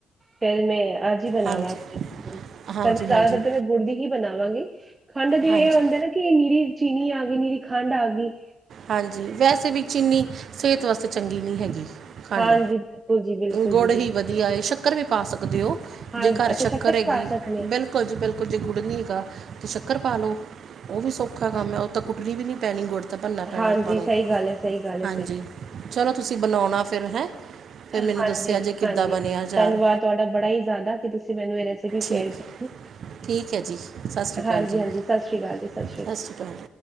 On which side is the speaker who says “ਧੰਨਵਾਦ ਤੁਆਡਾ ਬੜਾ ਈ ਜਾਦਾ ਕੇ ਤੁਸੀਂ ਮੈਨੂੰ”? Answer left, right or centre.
Right